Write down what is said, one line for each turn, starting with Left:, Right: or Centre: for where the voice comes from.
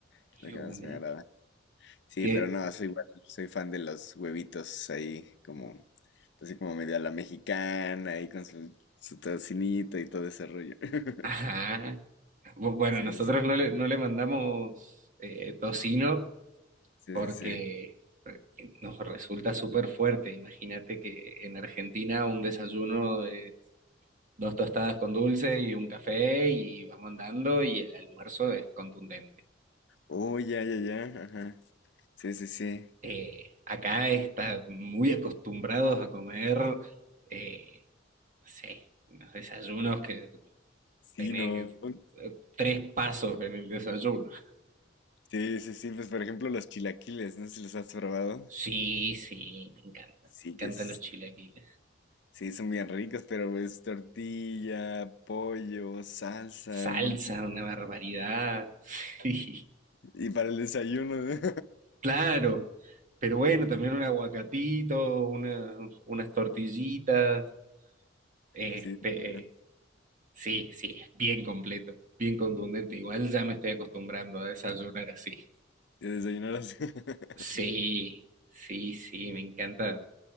Left: es Lo
Right: De
Left: que
Right: una.
Left: más me agrada. Sí,
Right: Que,
Left: pero no, soy igual, soy fan de los huevitos ahí como, así como medio a la mexicana, ahí con su, su tocinito y todo ese rollo. <laughs>
Right: ajá. Bu- Bueno,
Left: Sí,
Right: nosotros
Left: sí,
Right: no le, no le mandamos eh, tocino
Left: sí,
Right: porque
Left: sí, sí, sí.
Right: eh, nos resulta súper fuerte. Imagínate que en Argentina un desayuno de dos tostadas con dulce y un café y vamos andando y el almuerzo es contundente.
Left: Oh, ya, ya, ya, ajá. Sí, sí, sí.
Right: Eh, acá están muy acostumbrados a comer, eh, no sé, unos desayunos que
Left: Sí,
Right: Tenés
Left: no.
Right: eh, tres pasos en el desayuno.
Left: Sí, sí, sí, pues por ejemplo los chilaquiles, no sé si los has probado.
Right: Sí, sí, me encanta.
Left: Sí,
Right: Me encantan
Left: que es
Right: los chilaquiles.
Left: Sí, son bien ricos, pero es tortilla, pollo, salsa,
Right: Salsa,
Left: un montón.
Right: una barbaridad. <laughs> Sí,
Left: Y para el desayuno. <laughs>
Right: claro. Pero bueno, también un aguacatito, unas, unas tortillitas. Este,
Left: Sí, ajá,
Right: sí, sí, es bien completo, bien contundente. Igual ya me estoy acostumbrando a desayunar así.
Left: desayuno. desayunar así. <laughs>
Right: Sí, sí, sí, me encanta.